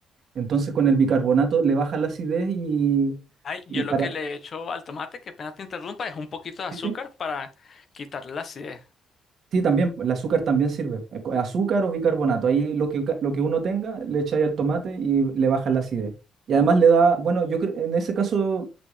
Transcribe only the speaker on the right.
entonces con el bicarbonato
le baja la acidez y,
y
para...
Sí, sí.
Sí, también, el azúcar también sirve. eh, co- Azúcar o bicarbonato. Ahí lo que, ca- lo que uno tenga, le echáis al tomate y le baja la acidez. Y además le da, bueno, yo cre- en ese caso